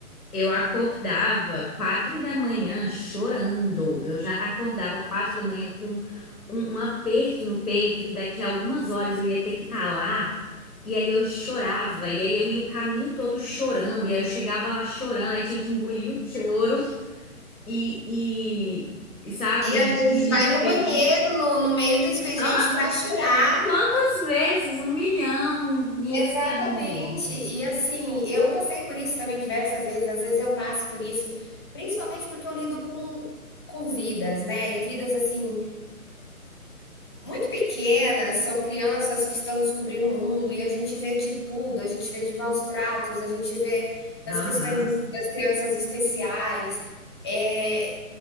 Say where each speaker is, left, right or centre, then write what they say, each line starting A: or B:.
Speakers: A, on the left (about 80°); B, on the left (about 15°).
A: Eu acordava quatro da manhã chorando. Eu já acordava quatro da manhã com um, um aperto no peito que daqui a algumas horas eu ia ter que estar lá. E aí eu chorava, e aí eu ia o caminho todo chorando, e aí eu chegava lá chorando, aí tinha que engolir o choro e, e e, sabe,
B: E às vezes
A: fingir
B: vai
A: de
B: no
A: feliz.
B: banheiro, no, no meio do expediente,
A: Hã?
B: para chorar.
A: Quantas vezes? Um milhão, e
B: Exatamente.
A: um milhão de vezes.
B: E assim, eu passei por isso também diversas vezes, às vezes eu passo por isso, principalmente porque eu lido com, com vidas, né? E vidas assim muito pequenas, são crianças que estão descobrindo o mundo e a gente vê de tudo, a gente vê de maus tratos, a gente vê das
A: Aham.
B: questões das crianças especiais. É,